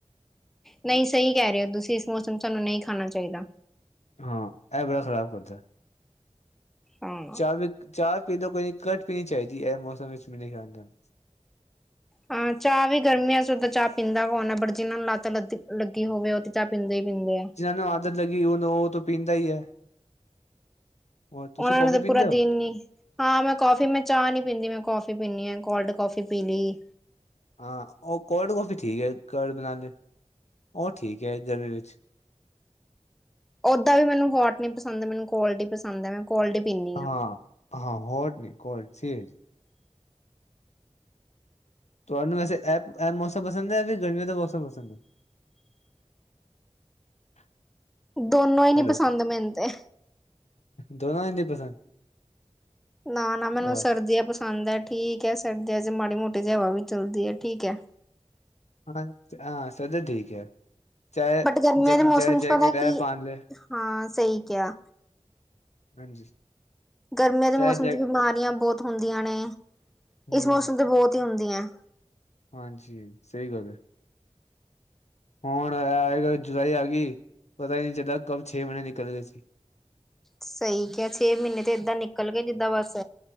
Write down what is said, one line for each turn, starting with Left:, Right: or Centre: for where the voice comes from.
Centre: ਨਹੀ ਸਹੀ ਕਹਿ ਰਹੇ ਹੋ, ਤੁਸੀਂ ਇਸ ਮੌਸਮ ਸਾਨੂੰ ਨਹੀ ਖਾਣਾ ਚਾਹੀਦਾ
Left: ਹਾਂ, ਇਹ ਬੜਾ ਖਰਾਬ ਕਰਦਾ
Centre: ਹਾਂ
Left: ਚਾਹ ਵੀ ਚਾਹ ਪੀ ਲਓ ਕੋਈ ਘੱਟ ਣੀ ਚਾਹੀਦੀ ਇਹ ਮੌਸਮ ਵਿੱਚ ਮੇਰੇ ਖਿਆਲ ਨਾਲ
Centre: ਹਾਂ, ਚਾਹ ਵੀ ਗਰਮੀਆਂ ਚ ਉਦਾਂ ਚਾਹ ਪੀਂਦਾ ਕੌਣ ਆ ਬਟ ਜਿਹਨਾਂ ਨੂੰ ਲੱਤ ਲੱ ਲੱਗੀ ਹੋਵੇ ਉਹਦੀ ਚਾਹ ਪੀਂਦੇ ਹੀ ਪੀਂਦੇ ਆ।
Left: ਜਿਹਨ੍ਹਾਂ ਨੂੰ ਆਦਤ ਲੱਗੀ ਓ ਤੋਂ ਪੀਂਦਾ ਹੀ ਆ। ਹੋਰ ਤੁਸੀਂ
Centre: ਉਹਨਾਂ
Left: ਕੌਫੀ
Centre: ਨੂੰ ਤਾਂ ਪੂਰਾ
Left: ਪੀਂਦੇ ਹੋ?
Centre: ਦਿਨ ਨੀ ਹਾਂ। ਮੈਂ ਕੌਫੀ ਮੈਂ ਚਾਹ ਨੀ ਪੀਂਦੀ। ਮੈਂ ਕੌਫੀ ਪੀਂਦੀ ਹਾਂ। ਕੋਲਡ ਕੌਫੀ ਪੀ ਲਈ
Left: ਹਾਂ, ਉਹ ਕੋਲਡ ਕਫੀ ਠੀਕ ਹੈ। ਕੋਲਡ ਬਣਾ ਲਈ ਉਹ ਠੀਕ ਐ ਗਰਮੀ ਵਿੱਚ।
Centre: ਓਦਾਂ ਵੀ ਮੈਨੂੰ ਹੋਰਟ ਨੀ ਪਸੰਦ ਮੈਨੂੰ ਕੋਲਡ ਈ ਪਸੰਦ ਐ। ਮੈਂ ਕੋਲਡ ਈ ਪੀਣੀ।
Left: ਹਾਂ-ਹਾਂ, ਹੋਟ ਨੀ ਕੋਲਡ <unintelligible> ਤੁਹਾਨੂੰ ਵੈਸੇ ਇਹ ਇਹ ਮੌਸਮ ਪਸਦ ਐ? ਫਿਰ ਗਰਮੀ ਦਾ ਮੌਸਮ ਪਸੰਦ ਹੈ? <unintelligible>
Centre: ਦੋਨੋ ਹੀ ਨੀ
Left: ਹੈਲੋ
Centre: ਪਸੰਦ ਮੈਨੂੰ ਤੇ।
Left: ਦੋਨੋ ਹੀ ਨੀ ਪਸੰਦ
Centre: ਨਾ-ਨਾ ਮੈਨੂੰ
Left: ਵਾਹ
Centre: ਸਰਦੀਆਂ ਪਸੰਦ ਐ ਠੀਕ ਐ ਸਰਦੀਆਂ ਚ ਮਾੜੀ ਮੋਟੀ ਹਵਾ ਵੀ ਚੱਲਦੀ ਐ ਠੀਕ ਐ।
Left: ਹਾਂ-ਹਾਂ ਸਬ ਠੀਕ ਹੈ। ਚਾਹੇ
Centre: ਬਟ ਗਰਮੀਆਂ
Left: ਜੈਕ
Centre: ਦੇ ਮੌਸਮ
Left: ਚਾਹੇ ਜੈਕਟ
Centre: ਚ ਪਤਾ
Left: ਹੈ
Centre: ਕੀ
Left: ਪਾਨ ਲੈ
Centre: ਹਾਂ, ਸਹੀ ਕਿਹਾ।
Left: ਹਾਂਜੀ
Centre: ਗਰਮੀਆਂ ਦੇ
Left: ਚਾਹੇ
Centre: ਮੌਸਮ
Left: ਜੈ
Centre: ਚ ਬਿਮਾਰੀਆਂ ਬਹੁਤ ਹੁੰਦੀਆਂ ਨੇ,
Left: ਹਮ
Centre: ਇਸ ਮੌਸਮ ਤੇ ਬਹੁਤ ਹੀ ਹੁੰਦੀਆਂ।
Left: ਹਾਂਜੀ ਸਹੀ ਗੱਲ ਹੈ। ਹੁਣ ਆਏ ਕੱਲ ਜੁਲਾਈ ਆ, ਗਈ ਪਤਾ ਹੀ ਨਹੀਂ ਚੱਲਦਾ ਕਬ ਛੇ ਮਹੀਨੇ ਨਿਕਲ ਗਏ ਸੀ।
Centre: ਸਹੀ ਕਿਹਾ ਛੇ ਮਹੀਨੇ ਤੇ ਏਦਾਂ ਨਿਕਲ ਕੇ ਜਿੱਦਾਂ ਬਸ